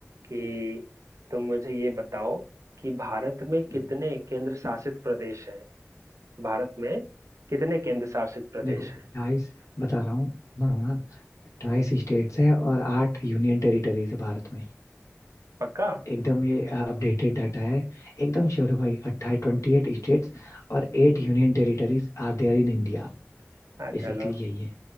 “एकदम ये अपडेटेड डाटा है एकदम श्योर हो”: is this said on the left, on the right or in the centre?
Left